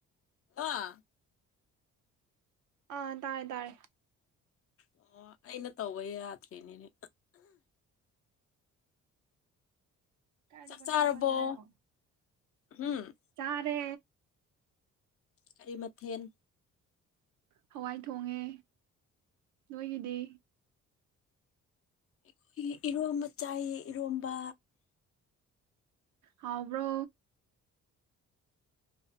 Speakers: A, on the left; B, on the right.
A: <unintelligible>
B: ꯑꯥ ꯇꯥꯔꯦ ꯇꯥꯔꯦ
A: ꯑꯣ ꯑꯩꯅ ꯇꯧꯕ ꯌꯥꯗ꯭ꯔꯦꯅꯤꯅꯦ
B: ꯀꯥꯏꯗ
A: ꯆꯥꯛ
B: ꯀꯣꯏꯊꯥ
A: ꯆꯥꯔꯕꯣ
B: ꯔꯨꯁꯦ ꯍꯥꯏꯅꯣ
A: ꯎꯝ
B: ꯆꯥꯔꯦ
A: ꯀꯔꯤ ꯃꯊꯦꯜ
B: ꯍꯋꯥꯏ ꯊꯣꯡꯉꯦ ꯅꯣꯏꯒꯤꯗꯤ
A: ꯑꯩꯈꯣꯏꯒꯤ ꯏꯔꯣꯝꯕ ꯆꯥꯏꯌ‌ꯦ ꯏꯔꯣꯝꯕ
B: ꯍꯥꯎꯕ꯭ꯔꯣ